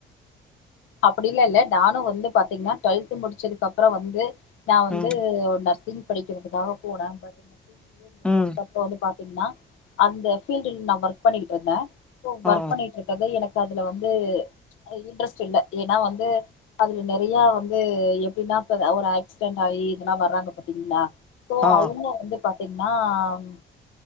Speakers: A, on the left; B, in the centre.
A: அப்படிலாம் இல்ல நானும் வந்து பாத்தீங்கன்னா டுவெல்த் முடிச்சதுக்கு அப்புறம் வந்து நான் வந்து
B: ம்
A: உன்ன படிக்கிறதுக்காக போனேன் முடிச்சதுக்குப்புறம்
B: ம்
A: வந்து பாத்தீங்கன்னா அந்த ப்ஃபீல்டுல நான் ஒர்க் ஒர்க் பண்ணிட்டு இருந்தேன் ஒர்க்
B: ஆ
A: பண்ணிட்டு இருக்குறது எனக்கு அதுல வந்து இன்ட்ரஸ் இல்ல ஏன்னா வந்து அதுல நிறைய வந்து பின்னா ஒரு ஆக்சிடென்ட் ஆயி அதெல்லாம் வர்றராங்க பாத்தீங்களா சோ
B: ஆ
A: அவுங்க வந்து பாத்தீங்கன்னா உம்